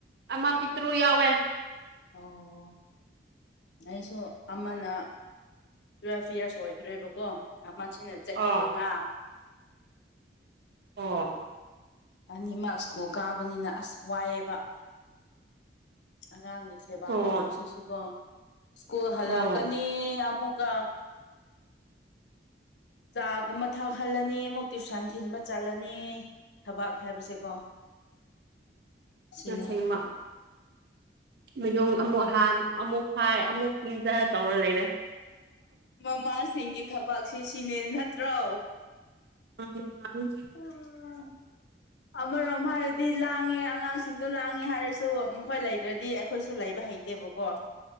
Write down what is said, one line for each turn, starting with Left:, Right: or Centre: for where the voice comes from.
Right: ꯑꯃ ꯄꯤꯇ꯭ꯔꯨ ꯌꯥꯎꯋꯦ <unintelligible>
Left: ꯑꯣ ꯑꯩꯁꯨ ꯑꯃꯅ ꯇꯨꯋꯦꯜꯐ ꯏꯌꯥꯔꯁ ꯑꯣꯏꯈ꯭ꯔꯦꯕꯀꯣ ꯑꯃꯅ ꯆꯍꯤ
Right: ꯑꯥ
Left: ꯃꯉꯥ
Right: ꯑꯣ
Left: ꯑꯅꯤꯃꯛ ꯁ꯭ꯀꯨꯜ ꯀꯥꯕꯅꯤꯅ ꯑꯁ ꯋꯥꯏꯑꯦꯕ ꯑꯉꯥꯡꯒꯤ ꯁꯦꯕꯥ
Right: ꯑꯣ
Left: ꯇꯧꯕꯁꯤꯁꯨꯀꯣ ꯁ꯭ꯀꯨꯜ ꯍꯜꯂꯛꯀꯅꯤ
Right: ꯑꯣ
Left: ꯑꯃꯨꯛꯀ
Right: <unintelligible>
Left: ꯆꯥꯒꯨꯝꯕ ꯊꯛꯍꯜꯂꯅꯤ ꯑꯃꯨꯛ ꯇ꯭ꯨꯁꯟ ꯊꯤꯟꯕ ꯆꯠꯂꯅꯤ ꯊꯕꯥꯛ ꯍꯥꯏꯕꯁꯦꯀꯣ ꯁꯤꯅꯦ
Right: ꯆꯃ ꯃꯌꯨꯡ ꯑꯃꯨꯛ ꯍꯥꯟ ꯑꯃꯨꯛ ꯐꯥꯏ ꯑꯃꯨꯛ ꯄꯤꯖ ꯇꯧꯔ ꯂꯩꯔꯦ
Left: ꯃꯃꯥꯁꯤꯡꯒꯤ ꯊꯕꯛꯁꯦ ꯁꯤꯅꯦ ꯅꯠꯇ꯭ꯔꯣ
Right: ꯃꯥꯅꯦ ꯃꯥꯅꯤ
Left: <unintelligible> ꯑꯃꯔꯣꯝ ꯍꯥꯏꯔꯗꯤ ꯂꯥꯡꯉꯦ ꯑꯉꯥꯡꯁꯤꯡꯗꯣ ꯂꯥꯡꯉꯦ ꯍꯥꯏꯔꯁꯨ ꯃꯈꯣꯏ ꯂꯩꯗ꯭ꯔꯗꯤ ꯑꯩꯈꯣꯏꯁꯨ ꯂꯩꯕ ꯍꯩ ꯠꯇꯦꯕꯀꯣ